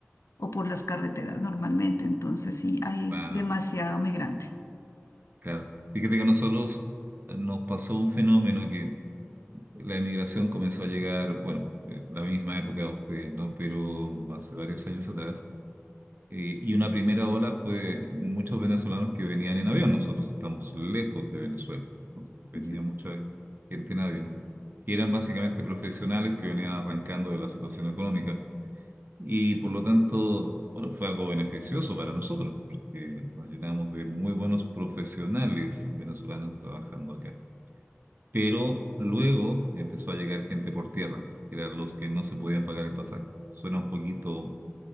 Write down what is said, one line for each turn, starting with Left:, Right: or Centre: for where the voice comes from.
Left: o por las carreteras normalmente, entonces sí, hay
Right: wow,
Left: demasiado migrante.
Right: claro. Fíjate que a nosotros eh, nos pasó un fenómeno que la emigración comenzó a llegar, bueno, eh, la misma época de ustedes, ¿no? Pero hace varios años atrás. Eh, y una primera ola fue muchos venezolanos que venían en avión. Nosotros estamos lejos de Venezuela. ¿no? Venía
Left: Sí.
Right: mucha gente en avión, que eran básicamente profesionales que venían arrancando de la situación económica. Y por lo tanto, bueno, fue algo beneficioso para nosotros, porque nos llenamos de muy buenos profesionales venezolanos trabajando acá. Pero luego empezó a llegar gente por tierra, que eran los que no se podían pagar el pasaje. Suena un poquito